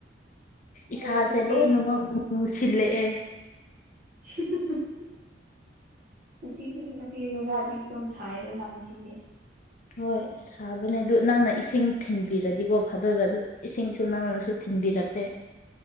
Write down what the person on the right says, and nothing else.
ꯍꯣꯏ
ꯑꯗꯨꯕꯨꯗꯤ
<unintelligible> ꯉꯁꯤ ꯉꯁꯤ ꯅꯨꯡꯁꯥꯗꯤ ꯑꯗꯨꯝ ꯁꯥꯏꯗꯅ ꯂꯥꯡꯁꯤꯗꯤꯦ